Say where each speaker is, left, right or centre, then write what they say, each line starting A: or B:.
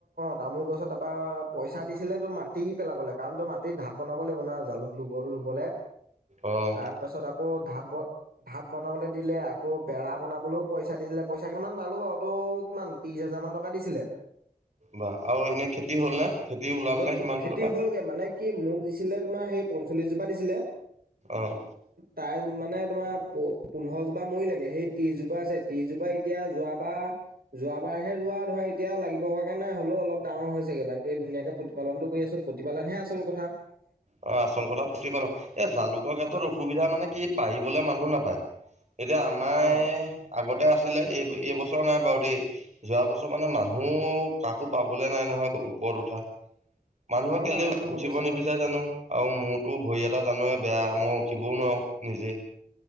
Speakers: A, on the right; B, on the right.
A: তামোল গছৰ তাৰপা পইচা দিছিলে টো মাটি পেলাব লে কাৰণ টো মাটিত ঢাপ বনাব লাগিব না, জালুক ৰুব ৰুবলৈ
B: অ',
A: তাৰ পাছত আকৌ ধাপ ব ভাপ বনাবলে দিলে আকৌ বেৰা বনাবলৈও পইচা দিছিলে পইচা কিমান পালো বাৰু টো কিমান ত্ৰিশ হাজাৰ মান টকা দিছিলে
B: বা আৰু এনে খেতি হ'ল নে খেতি ওলাল
A: এনে
B: নে সিমান
A: খেতি
B: দু টকা
A: হ'লগে মানে কি মোক দিছিলে তোমাৰ সেই পঞ্চল্লিশ জোপা দিছিলে,
B: অহ,
A: তাইৰ মানে তোমাৰ পো পোন্ধৰ জোপা মৰিলে গে সেই ত্ৰিশজোপা আছে ত্ৰিশজোপা এতিয়া যোৱা বা যোৱাবাৰ হে ৰোৱা ধৰা এতিয়া লাগিব হোৱাগে নাই হ'লেও অলপ ডাঙৰ হৈছেগে বাকে ধুনীয়াকে পু পালনটো কৰি আছো প্ৰতিপালনহে আচল কথা,
B: অ আচল কথা প্ৰতিপালন, এ জালুকৰ ক্ষেত্ৰত অসুবিধা মানে কি পাৰিবলে মানুহ নাপায়। এতিয়া আমায়
A: অ
B: আগতে আছিলে এই এই বস্ত চৰ নাই বাৰু দেই, যোৱা বছৰ মানে মানুহ কাকো পাবলে নাই নহয় ওপৰত উঠা। মানুহ
A: হয়
B: কেলে
A: বাৰু সেইটো
B: উঠিব
A: সমস্যা
B: নিবিচাৰে
A: হয়
B: জানো,। আৰু মোৰতো ভৰি এটা জানৱে বেয়া মই উঠিবও নোৱাৰো নিজে।